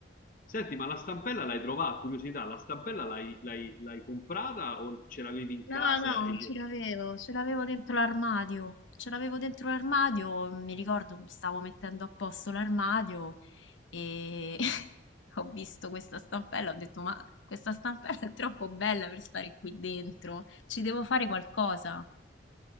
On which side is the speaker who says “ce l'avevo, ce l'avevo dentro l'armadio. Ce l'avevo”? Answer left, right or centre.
Left